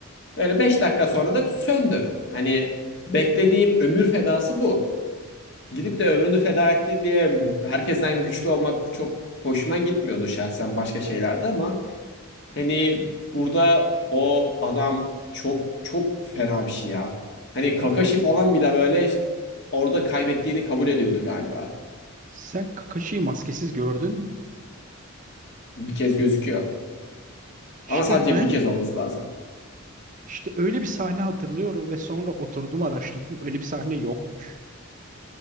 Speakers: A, on the left; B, on the right.
A: Böyle 5 dakika sonra da söndü. Hani beklediğim ömür fedası bu. Gidip de ömrünü feda etti diye herkesten güçlü olmak çok hoşuma gitmiyordu şahsen başka şeylerde ama hani burada o adam çok çok fena bir şey ya. Hani Kakashi falan bile böyle orada kaybettiğini kabul ediyordu galiba.
B: Sen Kakashi'yi maskesiz gördün mü?
A: Bir kez gözüküyor.
B: İşte
A: Ama sadece
B: ben
A: bir kez olması lazım.
B: işte öyle bir sahne hatırlıyorum ve sonra oturdum araştırdım. Öyle bir sahne yokmuş.